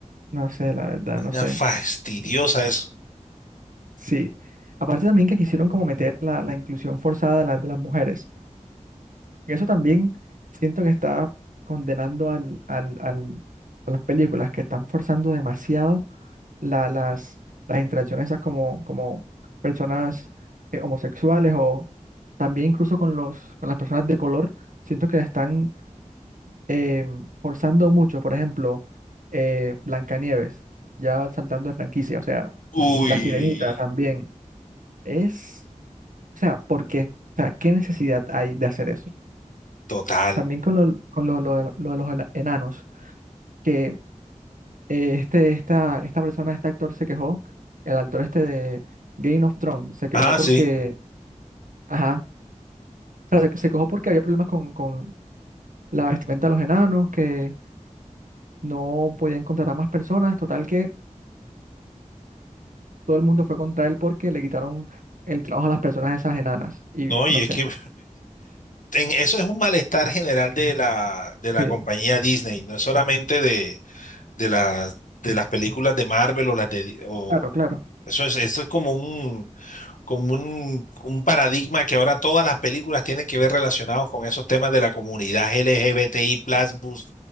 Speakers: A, on the right; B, on the left.
A: No sé, la verdad,
B: Una
A: no sé.
B: fastidiosa eso.
A: Sí. Aparte también que quisieron como meter la, la inclusión forzada de, las de las mujeres. Y eso también siento que está condenando al, al, al- a las películas que están forzando demasiado la- las, las interacciones esas como, como personas eh, homosexuales o también incluso con los, con las personas de color, siento que la están eh, forzando mucho. Por ejemplo, eh, Blancanieves, ya saltando de franquicia, o sea,
B: Uy,
A: La Sirenita también. Es, o sea, ¿por qué? O sea, ¿qué necesidad hay de hacer eso?
B: total.
A: También con lo, con lo, lo de lo de los enanos, que eh, este, esta, esta persona, este actor se quejó, el actor este de Game of Thrones, se quejó
B: Ah,
A: porque,
B: sí.
A: ajá, o sea, se, se quejó porque había problemas con, con la vestimenta de los enanos, que no podían contratar más personas, total que todo el mundo fue contra él porque le quitaron el trabajo a las personas esas enanas, y
B: No, y
A: no
B: es
A: sé.
B: que en- eso es un malestar general de la, de la
A: Sí.
B: compañía Disney. No es solamente de, de las, de las películas de Marvel o las de... o-
A: Claro, claro,
B: eso es, esto es como un como un, un paradigma que ahora todas las películas tienen que ver relacionados con esos temas de la comunidad LGBTI+, bus,